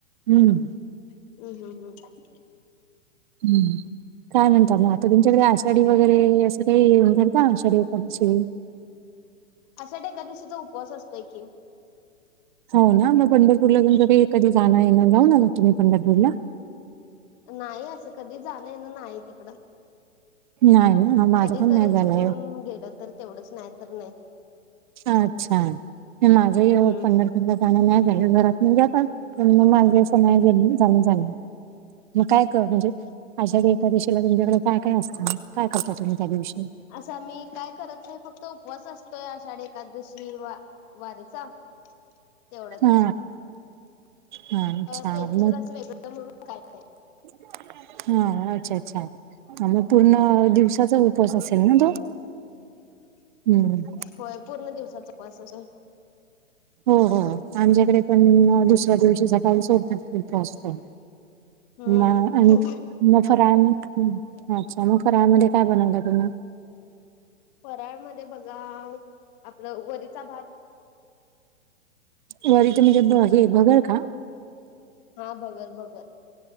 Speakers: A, on the right; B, on the left.
A: हम्म.
B: हम्म हम् हम्.
A: हम्. वगैरे असं काही <unintelligible> का? आषाढी एकादशीला.
B: आषाढी एकादशीचा उपवास असतोय की.
A: हो ना? मग पंढरपूरला तुमच काही कधी जाण, येण? जाऊ आलात तुम्ही पंढरपूरला?
B: नाही. असं कधी जाणं येणं नाही तिकडं.
A: नाही ना हा माझं
B: कधी
A: पण
B: तरच
A: नाही झालंय
B: चुकून गेलं तर तेवढंच. नाही तर नाही.
A: अच्छा. माझही यावेळी
B: हम्म.
A: पंढरपूर - ला जाण नाही झालं. घरातले म जातात पण माझ असं नाही जाण झालं. मग काय कर? म्हणजे आषाढी एकादशीला तुमच्याकडे काय काय असतं? काय करता तुम्ही त्या दिवशी?
B: असं आम्ही काय करत नाही. फक्त उपवास असत- तो. आषाढ एकादशी वा वारीचा. तेवढाच.
A: हा हा अच्छा
B: स्पेशल
A: मग
B: असं वेगळं म्हणून काय नाही.
A: हा. अच्छा अच्छा. आणि पूर्ण दिवसाचा उप - वास असेल ना तो? हम्म.
B: होय. पूर्ण दिवसाचा उपास <unintelligible>
A: हां. हां. आमच्याकडे पण दुसऱ्या दिवशी सकाळी सोडतात उपास तो.
B: हम्म
A: म आणि- म फराळ, अच्छा. मग फराळ मध्ये काय बनवलं तुम्ही?
B: फराळ मधे बघा, आपलं वरीचा भात-
A: वरीचा म्हणजे हे भगर का?
B: हा. भगर भगर.